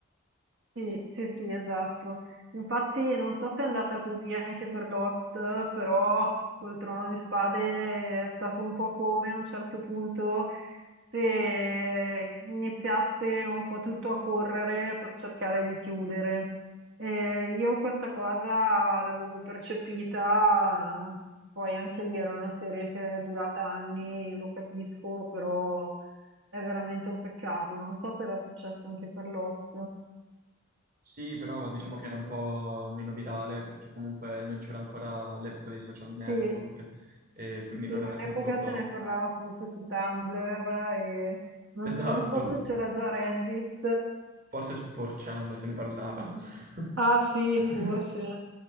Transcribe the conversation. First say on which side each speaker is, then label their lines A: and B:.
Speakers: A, on the right (about 60°); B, on the right (about 40°).
A: Sì, sì, sì, esatto. Infatti non so se è andata così anche per Lost, però col Trono di Spade è stato un po' come a un certo punto se iniziasse un po' tutto a correre per cercare di chiudere. Eh, io questa cosa l'avevo percepita, poi anche lì era una serie che è durata anni, lo capisco, però è veramente un peccato. Non so se era successo anche per Lost.
B: Sì, però diciamo che era un po' meno virale perché comunque non c'era ancora l'epoca dei social network
A: Sì,
B: e quindi
A: sì,
B: non
A: all'epoca
B: era con tutto
A: se ne parlava forse su Tumblr e non,
B: <laughs> esatto.
A: non so se c'era già Reddit.
B: Forse su 4chan se ne parlava. <laughs>
A: Ah sì, forse.